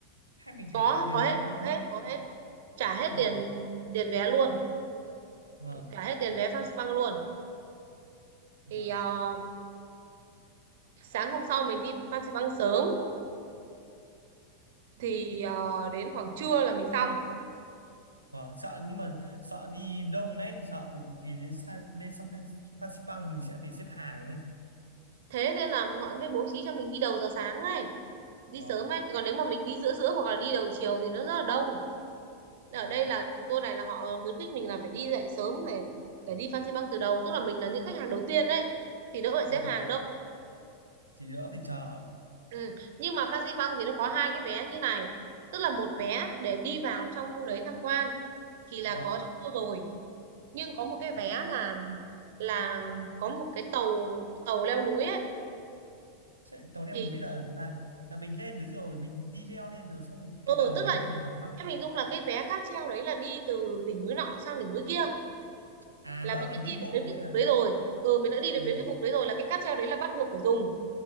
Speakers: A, on the right; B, on the right.
A: hay mình phải
B: có
A: tự đến
B: có
A: đấy
B: hết
A: mình
B: có
A: riêng
B: hết có hết trả hết
A: à
B: tiền tiền vé luôn
A: vâng
B: trả hết tiền vé Fansipan Bang luôn
A: vâng
B: thì ờ, sáng hôm sau mình đi Fansipan Bang sớm thì ờ, đến khoảng trưa là mình xong
A: Ờ, sợ nhưng mà sợ đi đông đấy sợ mình thì đến Sa- lên sang Phan, Phan Xipang mình sẽ phải xếp hàng đấy
B: thế nên là họ mới bố trí cho mình đi đầu giờ sáng ấy đi
A: ờ
B: sớm ấy còn nếu mà mình đi giữa giữa hoặc là đi đầu chiều thì nó rất là đông
A: vâng
B: ở đây là tour này là họ khuyến khích mình là phải đi dậy sớm này phải đi Phan Xi Păng từ đầu tức là mình là những khách hàng đầu tiên đấy thì đỡ phải xếp
A: rồi
B: hàng đâu
A: thì đỡ phải chờ
B: ừ. nhưng mà Phan Xi Păng thì nó có hai cái vé như này tức là một vé để đi vào trong khu đấy tham quan thì là
A: vâng
B: có trong tour rồi nhưng có một cái vé là là có một cái tàu tàu leo núi ấy
A: sẽ, tàu leo
B: thì
A: núi là làm là mình lên đấy rồi mình đi leo lên rồi xong
B: ừ,
A: cái tàu
B: tức
A: này
B: là
A: đưa
B: nhá,
A: mình xuống á
B: em hình dung là cái vé cáp treo đấy là đi từ đỉnh núi nọ sang đỉnh núi kia
A: à
B: là
A: đỡ
B: mình
A: phải
B: đã
A: đi
B: đi được
A: bộ
B: đến cái
A: hay
B: vùng
A: là
B: đấy
A: đi
B: rồi ừ mình đã đi được
A: ừ.
B: đến cái vùng đấy rồi là cái cáp treo đấy là bắt buộc phải dùng